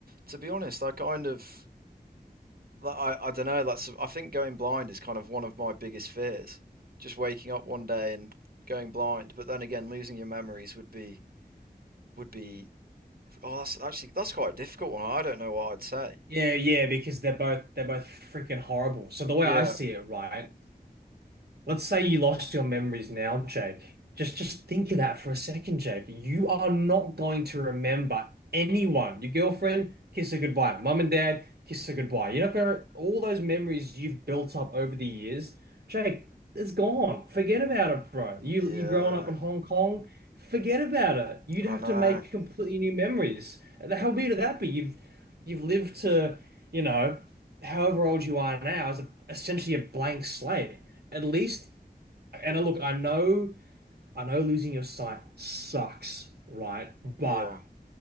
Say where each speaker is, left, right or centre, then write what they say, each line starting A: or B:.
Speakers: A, on the right; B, on the right.
A: to be honest, I kind of, like, I, I don't know. That's I think going blind is kind of one of my biggest fears. Just waking up one day and going blind. But then again, losing your memories would be would be Oh, that's actually that's quite a difficult one. I don't know what I'd say.
B: Yeah, yeah, because they're both they're both freaking horrible. So the way
A: Yeah,
B: I see it, right, Let's say you lost your memories now, Jake. Just just think of that for a second, Jake. You are not going to remember anyone. Your girlfriend, kiss her goodbye. Mum and dad, kiss her goodbye. You're not gonna all those memories you've built up over the years, Jake, it's gone. Forget about it, bro. You
A: yeah,
B: you growing up in Hong Kong, forget about it. You'd
A: I
B: have
A: know.
B: to make completely new memories. How weird would that be? You've you've lived to, you know, however old you are now as a, essentially a blank slate at least, and look, I know, I know losing your sight sucks, right? But
A: Yeah,